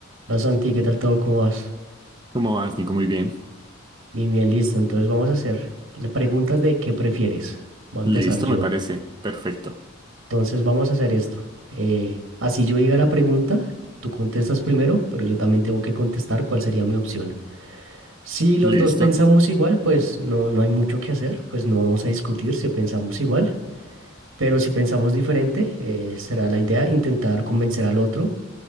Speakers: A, on the right; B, on the right.
A: Hola Santi, ¿qué tal todo? ¿Cómo vas?
B: ¿Cómo vas, Nico? Muy bien.
A: Bien, bien, listo. Entonces vamos a hacer las preguntas de qué prefieres. Voy a empezar
B: Listo,
A: yo.
B: me parece. Perfecto.
A: Entonces vamos a hacer esto. Eh, así yo diga la pregunta, tú contestas primero, pero yo también tengo que contestar cuál sería mi opción. Si los
B: Listo.
A: dos pensamos igual, pues no, no hay mucho que hacer, pues no vamos a discutir si pensamos igual. Pero si pensamos diferente, eh, será la idea intentar convencer al otro